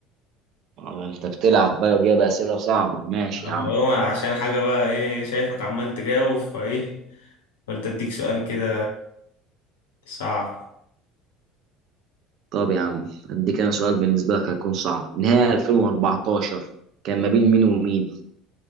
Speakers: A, on the right; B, on the left.
A: آه، انت بتلعب بقى وجايب اسئله صعبه ماشي
B: طب
A: يا عم
B: هو عشان حاجة بقى إيه شايفك عمال تجاوب فإيه قلت أديك سؤال كده صعب
A: طب يا عم اديك انا سؤال بالنسبه لك هيكون صعب نهائي 2014 كان ما بين مين ومين